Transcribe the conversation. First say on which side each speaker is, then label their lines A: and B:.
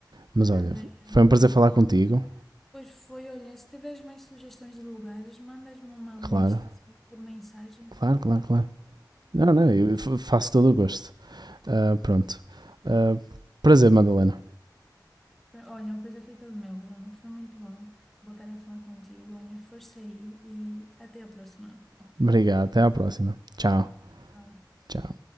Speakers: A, on the right (about 70°); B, in the centre.
A: Mas
B: Está
A: olha,
B: bem,
A: foi
B: ó, Bruno.
A: um prazer falar contigo.
B: Pois foi, olha, se tiveres mais sugestões de lugares, mandas-me uma
A: Claro,
B: lista, sei lá, por mensagem.
A: claro, claro, claro. Não, não, eu faço todo o gosto. Ah, pronto. Ah, prazer, Madalena.
B: Pra- Olha, o prazer foi todo meu, Bruno. Foi muito bom voltar a falar contigo. Olha, força aí e até a próxima. <laughs>
A: Obrigado, até à próxima. Tchau,
B: Tchau.
A: tchau.